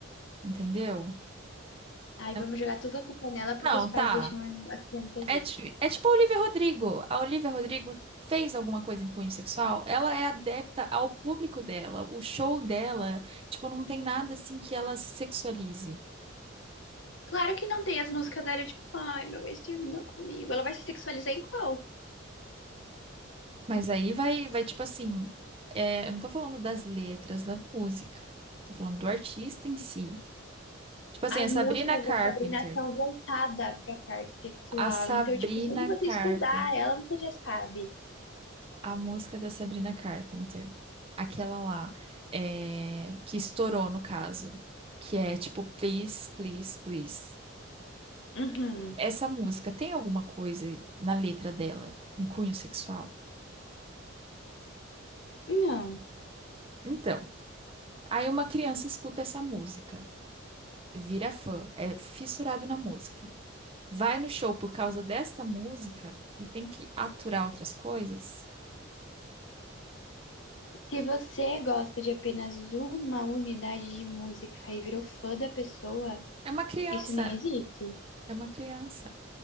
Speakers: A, on the right; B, on the left.
A: entendeu?
B: Aí
A: Ela,
B: vamos jogar toda a culpa nela porque
A: não,
B: os
A: tá.
B: pais deixam as crianças
A: É, ti- é tipo a Olivia Rodrigo. A Olivia Rodrigo fez alguma coisa em cunho sexual, ela é adepta ao público dela. O show dela, tipo, não tem nada assim que ela se sexualize.
B: Claro que não tem as músicas dela, tipo, ai, meu ex terminou comigo. Ela vai se sexualizar em qual?
A: Mas aí vai, vai tipo assim, é, eu não tô falando das letras da música, tô falando do artista em si. Tipo assim,
B: As
A: a Sabrina
B: músicas
A: Carpenter.
B: da Sabrina são voltadas pra parte sexual.
A: A Sabrina
B: Então, tipo, se você
A: Carpenter.
B: escutar ela, você já sabe.
A: a música da Sabrina Carpenter. Aquela lá, é, que estourou no caso. Que é tipo, please, please, please.
B: Uhum.
A: Essa música tem alguma coisa na letra dela em cunho sexual?
B: Não.
A: Então, aí uma criança escuta essa música, vira fã, é fissurado na música. Vai no show por causa desta música e tem que aturar outras coisas?
B: Se você gosta de apenas uma unidade de música e virou fã da pessoa,
A: É uma criança,
B: isso nem existe.
A: é uma criança.